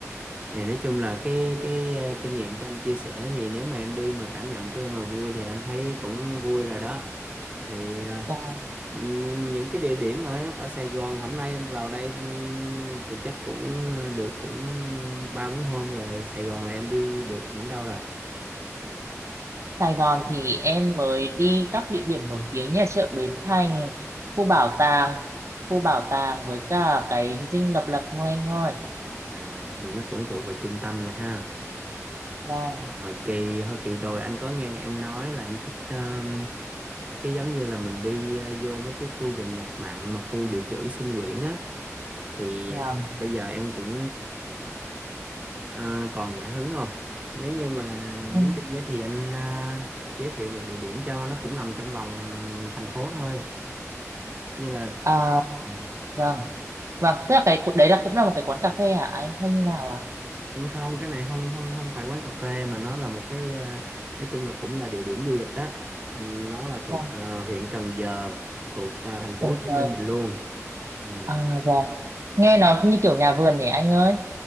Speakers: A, on the right; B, on the right.
A: thì nói chung là cái cái ờ, kinh nghiệm của anh chia sẻ thì nếu mà em đi mà cảm nhận của em mà vui thì anh thấy cũng vui rồi đó. Thì ờ,
B: Vâng.
A: Ừm, những cái địa điểm ở ở Sài Gòn hôm nay em vào đây ừm, thì chắc cũng ờ, được cũng ba bốn hôm rồi Sài Gòn là em đi được những đâu rồi
B: Sài Gòn thì em mới đi các địa điểm nổi tiếng như là chợ Bến Thành, khu bảo tàng, khu bảo tàng với cả cái dinh độc lập thôi anh ơi.
A: à, thì nó cũng thuộc về trung tâm rồi ha
B: Vâng,
A: hồi kỳ hồi kỳ rồi anh có nghe em nói là em thích ờm, cái giống như là mình đi ờ, vô mấy cái khu gần ngập mặn mà khu dự trữ sinh quyển á thì
B: vâng.
A: à, bây giờ em cũng à, còn nhã hứng không nếu như mà
B: Em-
A: muốn đi á thì anh à, giới thiệu một địa điểm cho nó cũng nằm trong lòng thành phố thôi như là
B: À,
A: ừ,
B: vâng, vâng. Tức là cái đấy là cũng là một cái quán cà phê hả anh hay như nào ạ?
A: Ừ, không cái này không không không phải quán cà phê mà nó là một cái à, nói chung là cũng là địa điểm du lịch đó Ừ, nó là thuộc
B: Vâng,
A: à, huyện Cần Giờ thuộc à, thành phố
B: Cần
A: Hồ Chí
B: Giờ.
A: Minh mình luôn Ừ.
B: À, vâng. Nghe nó như kiểu nhà vườn nhỉ anh ơi.